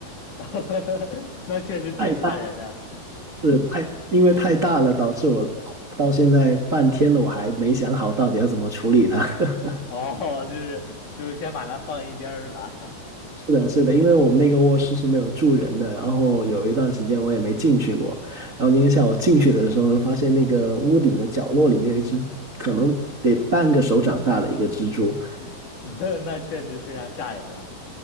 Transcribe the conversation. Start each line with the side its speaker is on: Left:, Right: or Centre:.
Left: <laughs> 那确实挺吓人的。
Right: 太大，是太，因为太大了，导致我到现在半天了，我还没想好到底要怎么处理它。<laughs>
Left: 哦，就是就是先把它放一边儿是吧？
Right: 是的，是的，因为我们那个卧室是没有住人的，然后有一段时间我也没进去过，然后今天下午进去的时候呢，发现那个屋顶的角落里面有一只可能得半个手掌大的一个蜘蛛，
Left: <laughs> 那那确实非常吓人了。